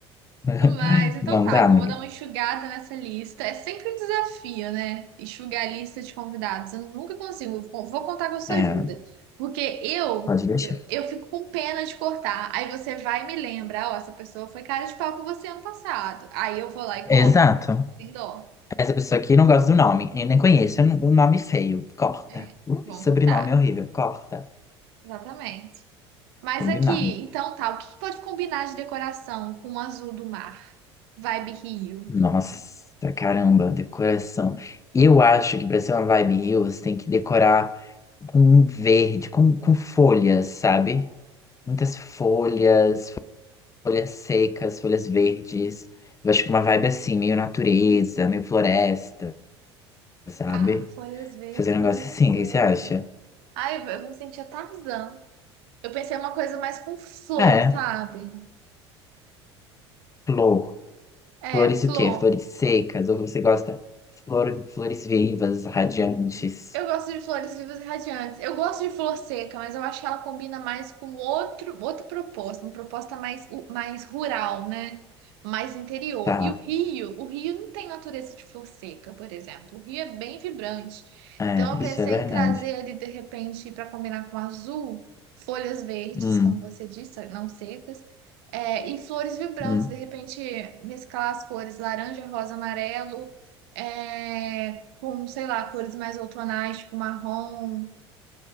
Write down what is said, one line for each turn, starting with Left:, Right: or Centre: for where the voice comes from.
Left: <laughs>
Right: Mas então
Left: Não
Right: tá,
Left: dá,
Right: então
Left: amiga.
Right: vou dar uma enxugada nessa lista. É sempre um desafio, né? Enxugar a lista de convidados. Eu nunca consigo. Vou vou contar com a sua
Left: É,
Right: ajuda. Porque eu,
Left: pode deixar.
Right: eu, eu fico com pena de cortar. Aí você vai e me lembra, ó, essa pessoa foi cara de pau com você ano passado. Aí eu vou lá e
Left: Exato.
Right: corto. Sem dó.
Left: Essa pessoa aqui não gosta do nome, eu nem conheço, é um um nome feio. Corta.
Right: É.
Left: Ui,
Right: Vamos
Left: sobrenome
Right: cortar.
Left: horrível. Corta.
Right: Exatamente. Mas
Left: Combinado.
Right: aqui, então tá, o que que pode combinar de decoração com o azul do mar? Vibe Rio.
Left: Nossa, caramba, decoração. Eu acho que pra ser uma vibe Hills tem que decorar com verde, com, com folhas, sabe? Muitas folhas, folhas secas, folhas verdes. Eu acho que uma vibe assim, meio natureza, meio floresta, sabe?
Right: Tá, folhas verdes,
Left: Fazer um
Right: folha
Left: negócio
Right: seca.
Left: assim, o que você acha?
Right: Ai, eu me sentia Tarzan. Eu pensei uma coisa mais com flor,
Left: Ah, É,
Right: sabe?
Left: flor.
Right: É,
Left: Flores
Right: flor.
Left: o quê? Flores secas? Ou você gosta? Flor, flores vivas, radiantes.
Right: Eu gosto de flores vivas e radiantes. Eu gosto de flor seca, mas eu acho que ela combina mais com outro, outra proposta, uma proposta mais, u- mais rural, né? Mais interior.
Left: Tá,
Right: E o Rio, o Rio não tem natureza de flor seca, por exemplo. O Rio é bem vibrante.
Left: é,
Right: Então eu pensei
Left: isso é verdade.
Right: em trazer ali, de repente, para combinar com azul, folhas verdes,
Left: Hum,
Right: como você disse, não secas, é, e flores vibrantes,
Left: hum,
Right: de repente, mesclar as cores laranja, rosa, amarelo. É, com, sei lá, cores mais outonais, tipo marrom,